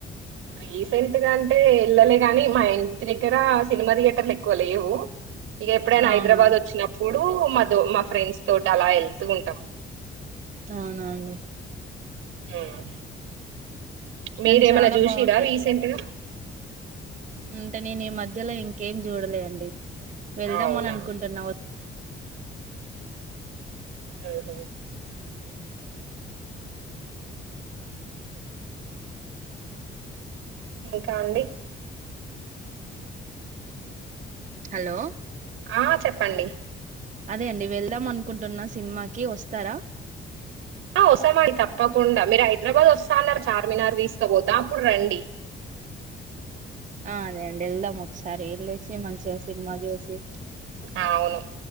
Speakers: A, on the right; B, on the right.
A: రీసెంట్గా అంటే వెళ్ళలే గాని మా ఇంటి దగ్గర సినిమా థియేటర్లు ఎక్కువ లేవు ఇక ఎప్పుడైనా
B: అవునా
A: హైదరాబాద్ వచ్చినప్పుడు మాతో మా ఫ్రెండ్స్ తోటి అలా వెళ్తూ ఉంటాం
B: అవునా అండి
A: మ్
B: కానీ
A: మీరేమైనా
B: చాలా
A: చూసిరా
B: బాగుంటాయి
A: రీసెంట్ గా
B: అంటే నేను ఈ మధ్యలో ఇంకేం చూడలే అండి వెళ్దామని
A: అవునా
B: అనుకుంటున్నా వ
A: ఆ హ ఇంకా అండీ
B: హలో
A: ఆ చెప్పండి
B: అదే అండి వెళ్దాం అనుకుంటున్న సినిమాకి వస్తరా
A: ఆ వస్తమండి తప్పకుండా మీరు హైదరాబాద్ వస్తా అన్నారు చార్మినార్ తీసుకపోతా అప్పుడు రండి
B: ఆ అదే అండి ఎల్దము సరే ఏళ్లేసి మంచిగా సినిమా చూడు ఉ
A: ఆ అవును